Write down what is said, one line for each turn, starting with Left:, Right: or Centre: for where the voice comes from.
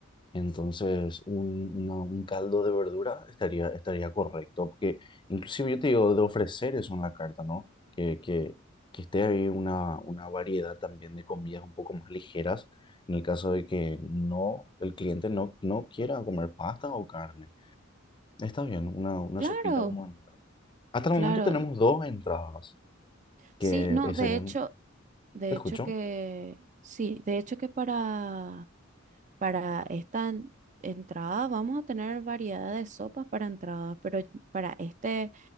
Left: Entonces, un, una- un caldo de verdura estaría, estaría correcto, porque inclusive yo te digo de ofrecer eso en la carta, ¿no? Que, que, que esté ahí una, una variedad también de comidas un poco más ligeras, en el caso de que no, el cliente no, no quiera comer pasta o carne. Está bien, una, una
Right: Claro,
Left: sopita como entrada. Hasta el
Right: claro.
Left: momento tenemos dos entradas,
Right: Sí,
Left: que
Right: no,
Left: eh,
Right: de
Left: serían,
Right: hecho, de
Left: ¿te
Right: hecho
Left: escucho?
Right: que, sí, de hecho que para... Para esta en- entrada vamos a tener variedad de sopas para entradas, pero para este,